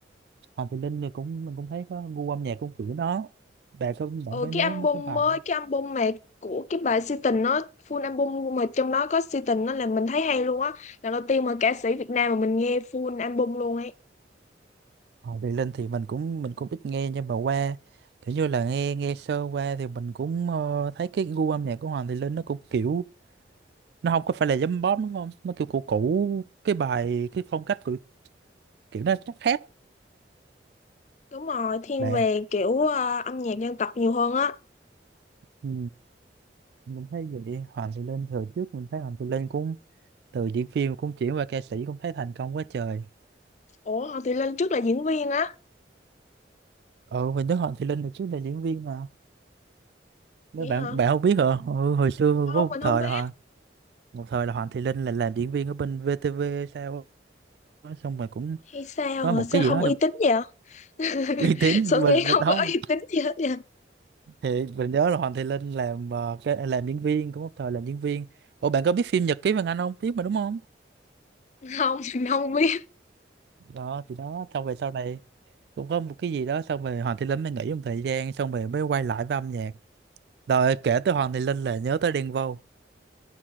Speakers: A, on the right; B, on the left.
A: Hoàng Thùy Linh thì cũng mình cũng thấy có gu âm nhạc cũng kiểu đó bạn có bạn
B: ừ
A: có nhớ
B: cái album
A: mấy cái bài
B: mới cái album mà của cái bài Si tình nó full album mà trong đó có Si tình nó là mình thấy hay luôn á lần đầu tiên mà ca sĩ Việt Nam mà mình nghe full album luôn ấy
A: Hoàng Thùy Linh thì mình cũng mình cũng ít nghe nhưng mà qua kiểu như là nghe nghe sơ qua thì mình cũng ờ, thấy cái gu âm nhạc của Hoàng Thùy Linh nó cũng kiểu nó không có phải là giấm bóp đúng không nó kiểu cũ cũ cái bài cái phong cách của kiểu nó chắc khác
B: đúng rồi thiên
A: để
B: về kiểu ờ, âm nhạc dân tộc nhiều hơn á
A: ừ. mình thấy vậy Hoàng Thùy Linh thời trước mình thấy Hoàng Thùy Linh cũng từ diễn viên cũng chuyển qua ca sĩ cũng thấy thành công quá trời
B: ủa Hoàng Thùy Linh trước là diễn viên á
A: ừ mình Đức Hoàng Thùy Linh được chứ là diễn viên mà nếu
B: vậy
A: bạn
B: hả
A: bạn không biết hả ừ, hồi xưa
B: không
A: có một
B: mình
A: thời
B: không biết
A: là Hoàng- một thời là Hoàng Thùy Linh là làm diễn viên ở bên VTV sao á, xong rồi cũng
B: hay sao
A: có một
B: hả?
A: cái
B: sao
A: gì
B: không
A: đó
B: uy
A: trong
B: tín vậy hả? <laughs>
A: <laughs> uy tín
B: sao
A: mình
B: nghĩ
A: mình
B: không
A: không
B: có uy tín gì hết vậy
A: thì mình nhớ là Hoàng Thùy Linh làm ờ, cái làm diễn viên cũng một thời làm diễn viên Ủa bạn có biết phim Nhật ký Vàng Anh không biết mà đúng không
B: không mình không biết
A: đó thì đó xong về sau này cũng có một cái gì đó xong rồi Hoàng Thùy Linh mới nghỉ một thời gian xong rồi mới quay lại với âm nhạc rồi kể tới Hoàng Thùy Linh là nhớ tới Đen Vâu